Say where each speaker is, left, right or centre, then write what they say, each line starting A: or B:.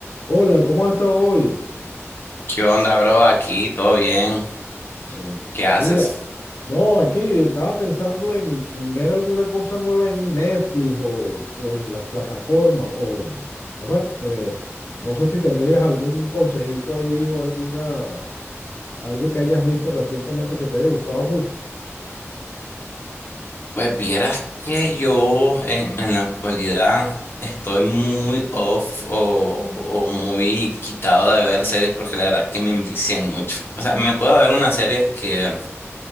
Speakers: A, on the left (about 80°); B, on the left (about 45°).
A: Hola, ¿cómo has estado hoy?
B: ¿Qué onda, bro? Aquí, todo bien.
A: Eh,
B: ¿Qué haces?
A: mira, no, aquí estaba pensando en, en ver alguna cosa nueva en Netflix o, o en las plataformas, o, ¿no? sea, eh, no sé si tendrías algún consejito ahí o alguna, algo que hayas visto recientemente que te haya gustado mucho.
B: Pues vieras que yo en, en la actualidad estoy muy off o, o muy quitado de ver series porque la verdad que me envician mucho. O sea, me puedo ver una serie que,